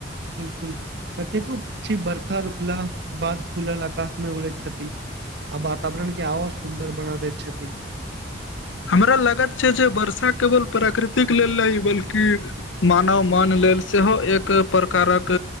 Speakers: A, on the right; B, on the left.
A: बिलकुल कतेको पक्षी बर्खा रुकला के बाद खुलल आकाश मे उड़य छथि। आ वातावरण के आओर सुन्दर बना दैत छथि।
B: हमरा लागत छै जे वर्षा केवल प्रकृतिक लेल नहि बल्कि मानव मन लेल सेहो एक प्रकारक